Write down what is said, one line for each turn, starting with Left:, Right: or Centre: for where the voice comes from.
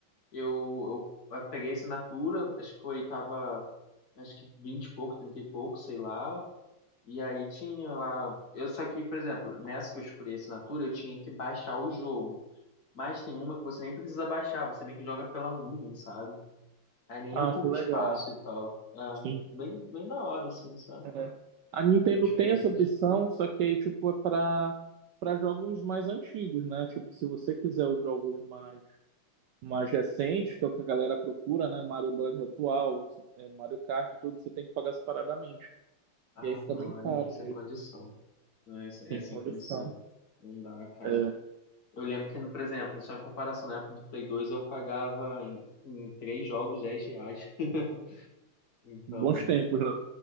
Left: Eu, eu, eu peguei a assinatura, acho que foi, tava, acho que 20 e pouco, 30 e pouco, sei lá. E aí tinha lá. Eu, só que, por exemplo, nessa que eu escolhi a assinatura, eu tinha que baixar o jogo. Mas tem uma que você nem precisa baixar, você meio que joga pela nuvem, sabe? Aí nem
Right: Ah,
Left: ocupa
Right: que legal.
Left: espaço e tal. Ah,
Right: Sim.
Left: bem, bem da hora, assim, sabe?
Right: É. A Nintendo
Left: Diferente.
Right: tem essa opção, só que aí, tipo, é para para jogos mais antigos, né? Tipo, se você quiser os jogos mais mais recentes, que é o que a galera procura, né? Mario Bros atual, é, Mario Kart, e tudo, você tem que pagar separadamente.
Left: Ah,
Right: E aí fica
Left: não,
Right: bem
Left: aí
Right: caro
Left: é sem
Right: mesmo.
Left: condição. Não, é, sem-
Right: Sim,
Left: é sem
Right: olha
Left: condição.
Right: só.
Left: Não dá, cara.
Right: É,
Left: Eu lembro que, por exemplo, só em comparação na época do Play 2, eu pagava em, em três jogos 10 reais. <laughs> Então,
Right: bons
Left: né?
Right: tempos, né?